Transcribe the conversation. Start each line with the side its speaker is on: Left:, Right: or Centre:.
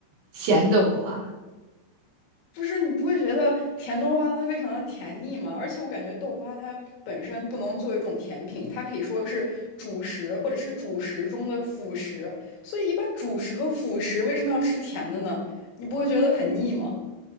Right: 咸豆花？
Left: 不是，你不会觉得甜豆花它非常的甜腻吗？而且我感觉豆花它本身不能作为一种甜品，它可以说是主食或者是主食中的辅食。所以一般主食和辅食为什么要吃甜的呢？你不会觉得很腻吗？